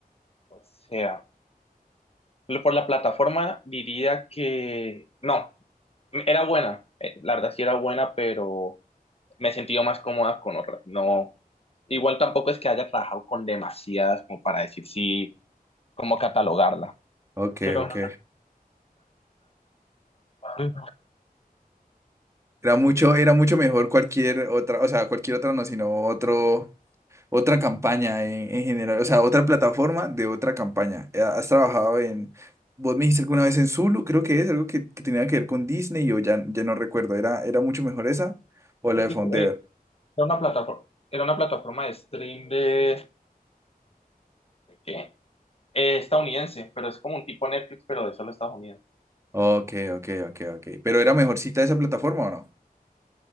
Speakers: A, on the left; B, on the right.
A: O sea, lo- por la plataforma diría que no, era buena, eh, la verdad sí era buena, pero me he sentido más cómoda con otras. No, igual tampoco es que haya trabajado con demasiadas como para decir sí, cómo catalogarla.
B: Ok,
A: Pero,
B: ok.
A: eh,
B: Era mucho, era mucho mejor cualquier otra, o sea, cualquier otra no, sino otro. Otra campaña en, en general, o sea, otra plataforma de otra campaña. Eh, ¿Has trabajado en, vos me dijiste alguna vez en Zulu, creo que es algo que, que tenía que ver con Disney, yo ya, ya no recuerdo, ¿era, era mucho mejor esa o la de
A: sí,
B: Fondeo?
A: eh, Era una plataforma, era una plataforma de stream de, ¿de ¿qué? Eh, estadounidense, pero es como un tipo Netflix, pero de solo Estados Unidos.
B: Ok, ok, ok, ok. ¿Pero era mejorcita esa plataforma o no?